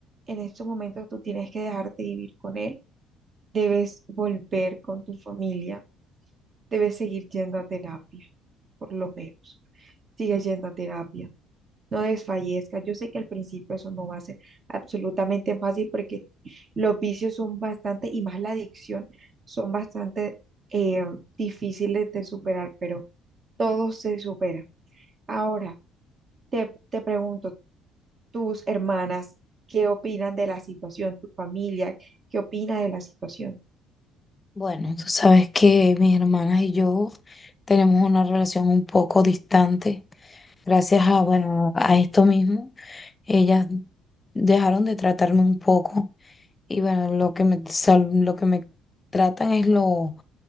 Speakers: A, on the right (about 40°); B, on the left (about 25°).
A: en estos momentos tú tienes que dejarte vivir con él, debes volver con tu familia, debes seguir yendo a terapia, por lo menos. Sigue yendo a terapia no desfallezcas. Yo sé que al principio eso no va a ser absolutamente fácil porque los vicios son bastante, y más la adicción, son bastante eh, difíciles de superar, pero todo se supera. Ahora, te, te pregunto, tus hermanas, ¿qué opinan de la situación? ¿Tu familia, qué opina de la situación?
B: Bueno, tú sabes que mis hermanas y yo tenemos una relación un poco distante, gracias a, bueno, a esto mismo, ellas dejaron de tratarme un poco. Y bueno, lo que me, sal- lo que me tratan es lo,